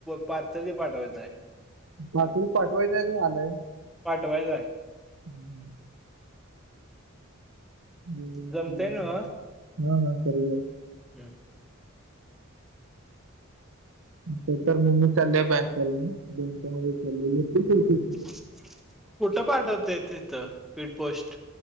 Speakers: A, in the centre; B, on the right.
A: पार्चल पाठवायचं आहे.
B: पाटून पाठवायचंय का आलाय.
A: पाठवायच आहे.
B: हम्म हम्म. <unintelligible> नाही
A: जमतय ना
B: नाही सरवे आहे
A: कॅब.
B: पेपर म्हनुन चालले बँग घालुन बँकेमध्ये चालले भरपूर करते.
A: कुठं पाठवतय तिथं पीड पोस्ट.